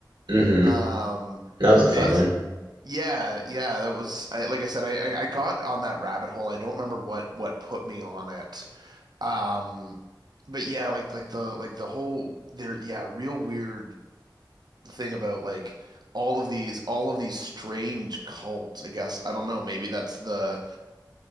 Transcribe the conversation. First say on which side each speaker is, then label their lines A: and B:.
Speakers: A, on the right; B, on the right.
A: hmm
B: Um
A: That was a fun
B: I, it's-
A: one.
B: yeah, yeah, that was I, like I said I, I I got on that rabbit hole. I don't remember what what put me on it. Um but yeah, like like the like the whole there yeah, real weird thing about like all of these all of these strange cults. I guess I don't know, maybe that's the,